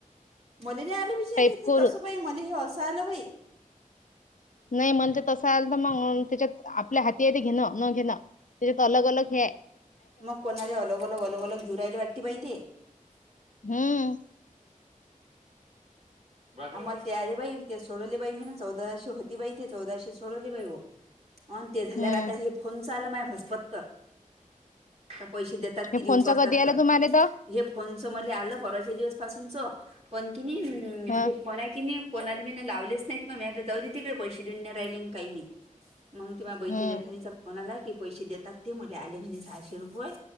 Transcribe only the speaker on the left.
टाईप
करून
नाही म्हले तर तसं आल तर मग त्याच्यात आपल्या हाती हाय ते घेणं न घेणं. तेच्यात अलग अलग हे हाय
हम्म
हम्म
हे
फोनचं
कधी आलं तुम्हाला तर
हं,
हं,